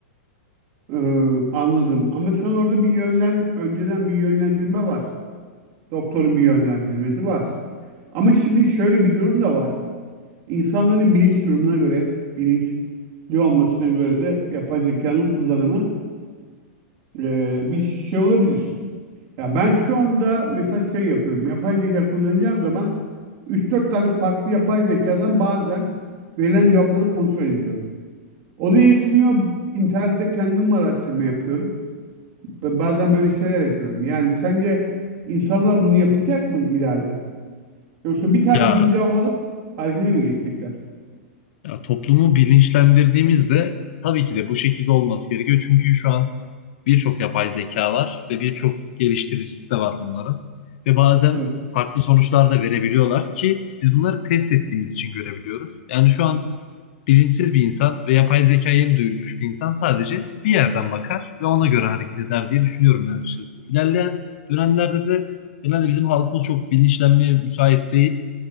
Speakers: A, on the right; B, on the left.
A: Ee, anladım. Ama sen orada bir yönlen önceden bir yönlendirme var. Doktorun bir yönlendirmesi var. Ama şimdi şöyle bir durum da var. İnsanların bilinç durumuna göre, bilinçli olmasına göre de yapay zekanın kullanımı e, bir şey olabilir. Ya ben şu anda mesela şey yapıyorum. Yapay zeka kullanacağım zaman üç dört tane farklı yapay zekadan bazen verilen cevapları kontrol ediyorum. O da yetmiyor. İnternette kendim araştırma yapıyorum. Ve Bazen böyle şeyler yapıyorum. Yani sence insanlar bunu yapacak mı ileride? Yoksa bir tanesini
B: Ya
A: cevap alıp harekete mi geçecekler?
B: Ya toplumu bilinçlendirdiğimizde tabii ki de bu şekilde olması gerekiyor. Çünkü şu an birçok yapay zeka var ve birçok geliştiricisi de var bunların. Ve bazen
A: Evet.
B: farklı sonuçlar da verebiliyorlar ki biz bunları test ettiğimiz için görebiliyoruz. Yani şu an bilinçsiz bir insan ve yapay zekayı yeni duymuş bir insan sadece bir yerden bakar ve ona göre hareket eder diye düşünüyorum ben açıkçası. İlerleyen dönemlerde de genelde bizim halkımız çok bilinçlenmeye müsait değil